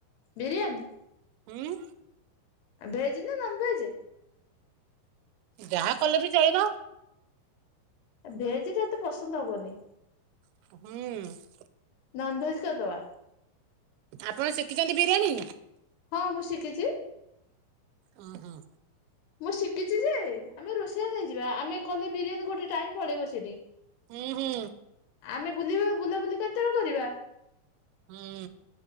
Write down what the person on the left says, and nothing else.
ବିରିୟାନୀ।
ଭେଜ୍ ନା ନନ୍ ଭେଜ୍?
ଆ ଭେଜ୍ ଟା ଏତେ ପସନ୍ଦ ହବନି।
ନନ୍ ଭେଜ୍ କରି ଦବା।
ହଁ ମୁଁ ଶିଖିଚି।
ମୁଁ ଶିଖିଛି ଯେ ଆମେ ରୋଷେଇଆ ନେଇଯିବା ଆମେ କଲେ ବିରିୟାନୀ ଗୋଟେ ଟାଇମ୍ ପଳେଇବ ସେଇଠି।
ଆମେ ବୁଲିବା ବୁଲାବୁଲି କେତେବେଳେ କରିବା?